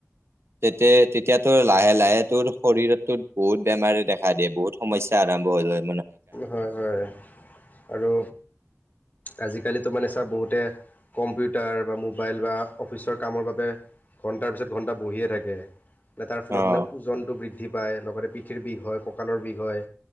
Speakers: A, on the right (about 55°); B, on the left (about 35°).
A: তেতিয়া তেতিয়া তোৰ লাহে লাহে তোৰ শৰীৰত তো বহুত বেমাৰে দেখা দিয়ে বহুত সমস্যা আৰম্ভ হয় ন
B: হয় হয় আৰু আজিকালিতো মানে চাৰ বহুতে কম্পিউটাৰ বা মোবাইল বা অফিচৰ কামৰ বাবে ঘন্টাৰ পিছত ঘন্টা বহিয়ে থাকে যে তাৰ ফলত
A: অ',
B: মানে ওজনটো বৃদ্ধি পায় লগতে পিঠিৰ বিষ হয় কঁকালৰ বিষ হয়